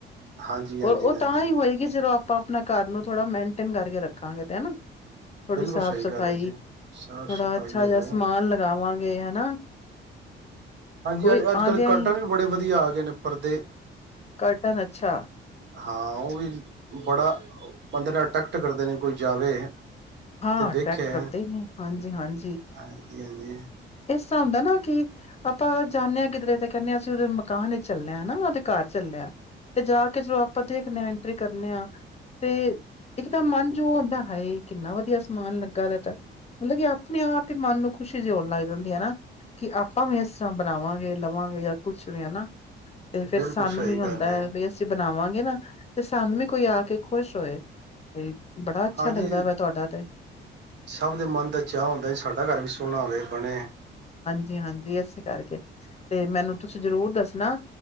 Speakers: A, on the right; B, on the left.
A: ਹਾਂਜੀ
B: ਉਹ
A: ਹਾਂਜੀ
B: ਉਹ
A: ਹਾਂਜੀ
B: ਤਾਂ ਹੀ ਹੋਏਗੀ ਜਦੋਂ ਆਪ ਆਪਾਂ ਆਪਣਾ ਘਰ ਨੂੰ ਥੋੜ੍ਹਾ ਮੇਨਟੇਨ ਕਰਕੇ ਰੱਖਾਂਗੇ ਤੇ ਹਨਾ ਥੋੜੀ
A: ਬਿਲਕੁਲ
B: ਸਾਫ਼
A: ਸਹੀ
B: ਸਫ਼ਾਈ
A: ਗੱਲ ਹੈ ਜੀ
B: ਥੋੜਾ
A: ਸਾਫ਼ ਸਫ਼ਾਈ
B: ਅੱਛਾ
A: ਹੋਵੇ
B: ਜਿਹਾ ਸਮਾਨ ਲਗਾਵਾਂਗੇ ਗੇ ਹਨਾ
A: ਹਾਂਜੀ
B: ਕੋਈ
A: ਅੱਜ ਅੱਜ
B: ਆਉਂਦਿਆਂ
A: ਕੱਲ੍ਹ ਕਰਟਨ
B: ਹੀ
A: ਵੀ ਬੜੇ ਵਧੀਆ ਆ ਗਏ ਨੇ ਪਰਦੇ
B: ਕਰਟਨ ਅੱਛਾ
A: ਹਾਂ ਉਹ ਵੀ ਬੜਾ ਬੰਦੇ ਨੇ ਅਟਰੈਕਟ ਕਰਦੇ ਨੇ ਕੋਈ ਜਾਵੇ
B: ਹਾਂ
A: ਤੇ
B: ਅਟਰੈਕਟ
A: ਵੇਖੇ
B: ਕਰਦੇ ਹੀ ਹਾਂਜੀ ਹਾਂਜੀ
A: ਹਾਂਜੀ ਹਾਂਜੀ
B: ਇਸ ਤਰ੍ਹਾਂ ਹੁੰਦਾ ਨਾ ਕਿ ਆਪਾਂ ਜਾਂਦੇ ਹਾਂ ਕਿਧਰੇ ਤੇ ਕਹਿੰਦੇ ਹਾਂ ਅਸੀਂ ਉਹਦੇ ਮਕਾਨ ਵਿਚ ਚੱਲਿਆ ਹਨ ਨਾ ਉਹਦੇ ਘਰ ਚੱਲਿਆ ਤੇ ਜਾ ਕੇ ਜਦੋਂ ਆਪਾਂ ਦੇਖਦੇਾਂ ਐਂਟਰੀ ਕਰਨੇ ਹਾਂ ਤੇ ਇੱਕ ਤਾਂ ਮਨ ਜੋ ਹਦਾ ਹੈ ਕਿੰਨਾ ਵਧਆ ਵ ਸਮਾਨ ਲੱਗਾ ਲ ਤ ਮਤਲਬ ਕਿ ਆਪਣੇ ਆਪ ਹੀ ਮਨ ਨੂੰ ਖੁਸ਼ੀ ਜ਼ਣ ਲੱਗ ਜਾਂਦੀ ਹੈ ਹਨਾ ਕਿ ਆਪਾਂ ਵੀ ਇਸ ਤਰ੍ਹਾਂ ਬਣਾਵਾਂਗੇ ਲਵਾਂਗੇ ਜਾਂ ਕੁਛ ਵੀ ਹਨਾ ਤੇ ਫੇਿਰ
A: ਬਿਲਕੁਲ
B: ਸਾਨੂੰ
A: ਸਹੀ
B: ਵੀ ਹੁੰਦਾ
A: ਗੱਲ
B: ਹੈ ਬ ਅਸੀਂ ਬਣਾਵਾਂ ਵਾਂਗੇ ਨਾ ਤੇ ਸਾਨੂੰ ਵੀ ਕੋਈ ਆ ਕੇ ਖੁਸ਼ ਹੋਏ ਬੜਾ ਅੱਛਾ
A: ਹਾਂਜੀ
B: ਲੱਗਦਾ ਵਾ ਤੁਹਾਡਾ ਤੇ
A: ਸਭ ਦੇ ਮਨ ਦਾ ਚਾਹ ਹੁੰਦਾ ਸਾਡਾ ਘਰ ਵੀ ਸੋਹਣਾ ਆਵੇ ਬਣੇ
B: ਜੀ ਹਾਂਜੀ ਇਸੇ ਕਰਕੇ ਤੇ ਮੈਨੂੰ ਤੁਸੀਂ ਜਰੂਰ ਦੱਸਣਾ